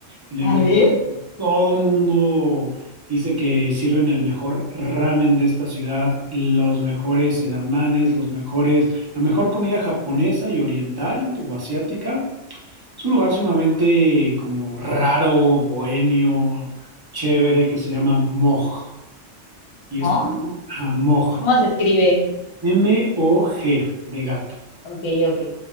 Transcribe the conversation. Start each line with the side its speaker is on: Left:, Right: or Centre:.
Right: en el
Left: A
Right: lugar
Left: ver,
Right: todo mundo dice que sirven el mejor ramen de esta ciudad, los mejores sedamanes, los mejores, la mejor comida japonesa y oriental o asiática. Es un lugar sumamente como raro, bohemio, chévere que se llama Moj y
Left: Moj,
Right: es ajá, Moj,
Left: ¿cómo se escribe?
Right: M-O-G de gato.
Left: Ok, ok.